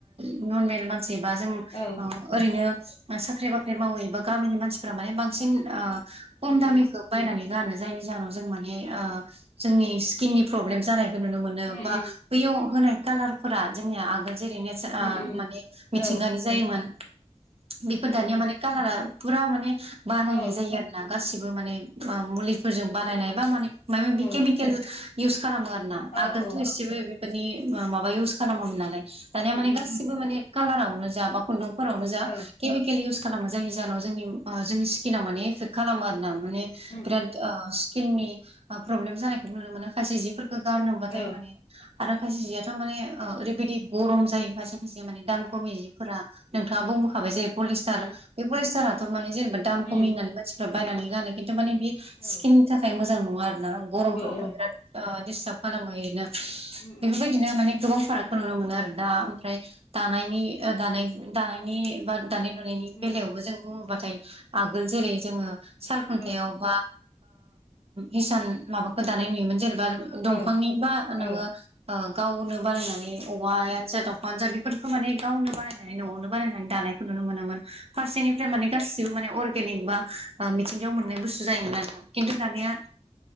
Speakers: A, on the right; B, on the left.
A: नर्मेल मानसि बा जों
B: औ
A: ओरैनो साख्रि बाख्रि मावै बा गामिनि मानसिफोरा माने बांसिन खम
B: उम उम
A: दामिखौ बायनानै जायनि जाहोनाव जों माने जोंनि स्किननि प्रब्लेम जानायखौ नुनो मोनो
B: उम
A: बा
B: उम
A: बैयाव होनाय कालारफोरा जोंनिया आगोल जेरै ने
B: उम उम
A: मिथिंगानि
B: औ
A: जायोमोन बेफोर
B: उम
A: दानिया
B: उम
A: माने कालारा फुरा माने बानायनाय
B: औ
A: जायो आरो गासिबो माने मुलिफोरजों बानायनाय बा माने माबा माबि
B: औ
A: केमिकेल इउस खालामो आरो ना
B: औ
A: आगोलथ
B: औ
A: एसेबो बेफोरनि माबा इउस खालामामोन नालाय दानिया
B: उम
A: माने
B: उम
A: गासिबो गासिबो माने कालारावनो जा बा खुन्दुंफोरावनो जा
B: औ
A: केमिकेल इउस खालामो जायनि जाहोनाव जोंनि जोंनि स्किनाव माने एफेक्ट खालामो आरो ना माने बिराद
B: उम
A: स्किननि प्रब्लेम जानायखौ नुनो मोनो खायसे जिफोरखौ गारनोबाथाय
B: औ उम उम
A: माने आरो खायसे जियाथ' माने ओरैबायदि गरम जायो खायसे खायसे माने दाम खमि जिफोरा नोंथाङा बुंबोखाबाय जे पलिस्टार
B: उम
A: बे पलिस्टाराथ' माने जेनेबा दाम खमि
B: औ
A: होननानै मानसि फोरा बायनानै गानो खिन्थु माने बे
B: औ
A: स्किननि थाखाय मोजां नङा आरोना गरमफ्रावथ'
B: औ उम
A: बिराद दिस्टार्ब खालामो आरोना
B: उम
A: बेफोरबायदिनो माने गोबां फाराग खौ नुनो मोनो आरो दा ओमफ्राय दानायनि दानाय दानायनि बा दानाय लुनायनि
B: औ
A: बेलायावबो जों बुङोबाथाय आगोल जेरै जोङो साल खुन्थायाव
B: औ
A: बा हिसान माबाखौ दानाय नुयोमोन जेनेबा
B: औ
A: दंफांनि बा
B: औ
A: नोङो गावनो बानायनानै औवायानो जा दंफाङानो जा माने गावनो बानायनानै न'आवनो बानायनानै दानायखौ नुनो मोनोन फारसेनिफ्राय माने गासिबो माने रेलयै बा मिथिंगायाव मोननाय बुस्थु जायोमोन आरोना खिन्थु दानिया